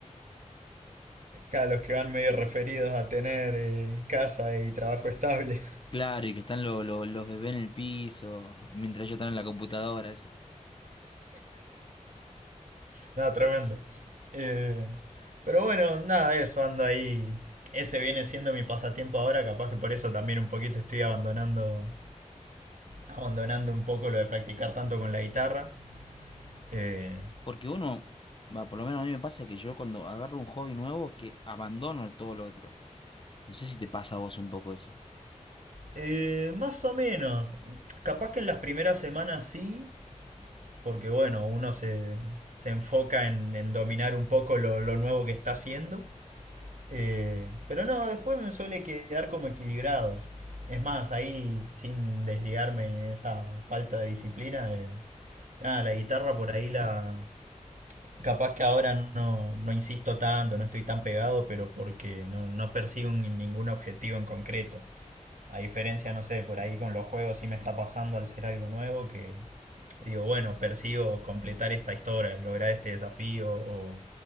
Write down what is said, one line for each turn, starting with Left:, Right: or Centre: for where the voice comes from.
Right: Claro, los que van medio referidos a tener eh, casa y trabajo estable. <laughs>
Left: Claro, y que están lo- lo- los bebés en el piso, y mientras yo están en la computadora, eso.
Right: No, tremendo. Eh, pero bueno, nada, eso, ando ahí. Ese viene siendo mi pasatiempo ahora, capaz que por eso también un poquito estoy abandonando. abandonando un poco lo de practicar tanto con la guitarra. Eh,
Left: Porque uno, va, por lo menos a mí me pasa que yo cuando agarro un hobby nuevo es que abandono todo lo otro. No sé si te pasa a vos un poco eso.
Right: eh, más o menos, capaz que en las primeras semanas sí, porque bueno, uno se, se enfoca en, en dominar un poco lo, lo nuevo que está haciendo. Eh, pero no, después me suele quedar como equilibrados. Es más, ahí sin desligarme esa falta de disciplina, eh, nada, la guitarra por ahí la, Capaz que ahora no, no insisto tanto, no estoy tan pegado, pero porque no, no persigo ni- ningún objetivo en concreto. A diferencia, no sé, por ahí con los juegos sí me está pasando al ser algo nuevo que digo, bueno, persigo completar esta historia, lograr este desafío o